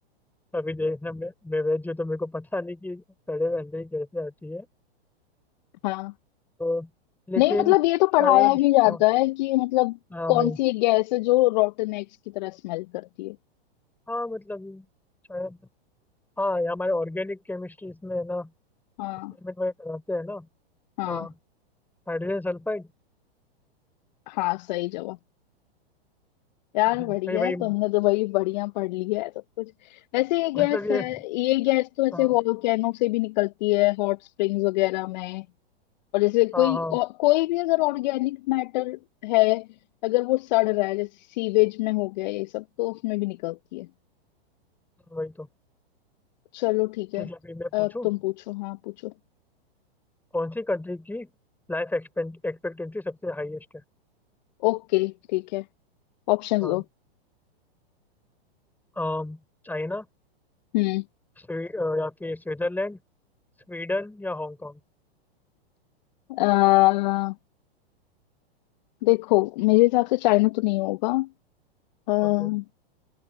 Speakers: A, in the centre; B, on the left.
A: अभी देखना मैं मैं वेज हूँ तो मेरे को पता नहीं कि सड़े हुए अंडे की कैसे आती है
B: हाँ
A: तो लेकिन
B: नहीं मतलब ये तो पढ़ाया
A: शायद
B: भी जाता
A: हाँ
B: है कि मतलब
A: हाँ
B: कौन
A: भाई
B: सी एक गैस है जो रोटन एग्स की तरह स्मेल करती है
A: हाँ मतलब ये शायद हाँ ये हमारे ऑर्गेनिक केमिस्ट्री इसमें है ना
B: हाँ
A: एक्सपेरिमेंट वगैरह कराते हैं ना
B: हाँ
A: हाँ Hydrogen sulphide
B: हाँ सही जवाब यार
A: हम्म,
B: बढ़िया
A: भाई भाई
B: है तुमने तो भाई बढ़िया पढ़ लिया है सब कुछ वैसे ये गैस
A: मतलब ये
B: है ये गैस तो ऐसे
A: हाँ
B: वॉल्केनो से भी निकलती है हॉट स्प्रिंग्स वगैरह में और जैसे
A: हाँ
B: कोई
A: हाँ
B: और, कोई भी अगर ऑर्गेनिक मैटर है अगर वो सड़ रहा है जैसे सीवेज में हो गया ये सब तो उसमें भी निकलती है
A: वही तो
B: चलो ठीक है
A: ठीक है अभी मैं पूछूं
B: अब तुम पूछो हाँ पूछो
A: कौन सी कंट्री की लाइफ एक्सपेक्टेंसी सबसे हाईएस्ट है
B: ओके ठीक है ऑप्शंस
A: हाँ
B: दो
A: अम, चाइना
B: हम्म
A: स्वी अ, या फिर स्विट्जरलैंड स्वीडन या Hong Kong
B: अह, देखो मेरे हिसाब से चाइना तो नहीं होगा अह,
A: Okay